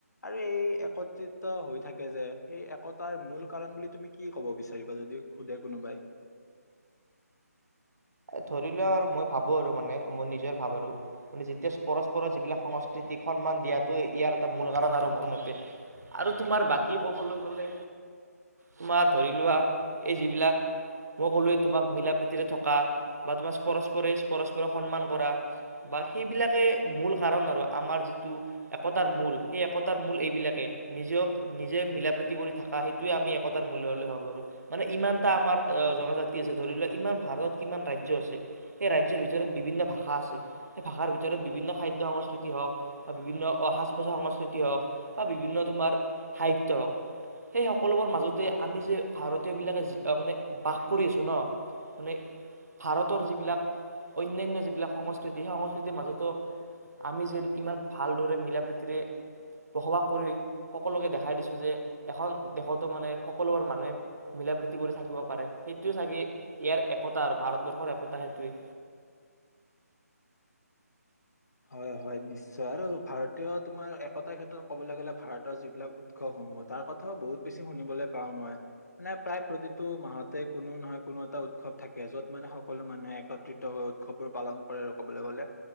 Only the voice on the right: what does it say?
ধৰি লোৱা আৰু মই ভাবো আৰু মানে মই নিজৰ ভাব আৰু মানে যেতিয়া পৰস্পৰৰ যিবিলাক সংস্কৃতিক সন্মান দিয়টো ইয়াৰ এটা মূল কাৰণ আৰু মোৰ মতে আৰু তোমাৰ বাকী কবলৈ গলে তোমাৰ ধৰি লোৱা এই যিবিলাক মই কলোে তোমাক মিলা প্ৰীতিৰে থকা বা তোমাৰ পৰস্পৰে পৰস্পৰক সন্মান কৰা বা সেইবিলাকে মূল কাৰণ আৰু আমাৰ যিটো একতাৰ মূল সেই একতাৰ মূল এইবিলাকে নিজক নিজে মিলা প্ৰীতি কৰি থকা সেইটোৱে আমি একতাৰ মূল ভাবোঁ আৰু মানে ইমান এটা আমাৰ জনজাতি আছে ধৰি লোৱাক ইমান ভাৰত কিমান ৰাজ্য আছে সেই ৰাজ্য ভিতৰত বিভিন্ন ভাষা আছে সেই ভাষাৰ ভিতৰত বিভিন্ন খাদ্য সংস্কৃতি হওক বা বিভিন্ন সাজ পোছাক সংস্কৃতি হওক বা বিভিন্ন তোমাৰ সাহিত্য হওক সেই সকলোবোৰ মাজতে আমি যে ভাৰতীয় বিলাকে মানে বাস কৰি আছো ন মানে ভাৰতৰ যিবিলাক অনান্য যিবিলাক সংস্কৃতি সেই সংস্কৃতিৰ মাজতো আমি যেন ইমান ভালদৰে মিলা প্ৰীতিৰে বসবাস কৰি সকলোকে দেখাই দিছো যে এখন দেশতো মানে সকলোবোৰ মানুহে মিলা প্ৰীতি কৰি থাকিব পাৰে সেইটোৱে চাগে ইয়াৰ একতা আৰু ভাৰতবৰ্ষৰ একতা সেইটোৱে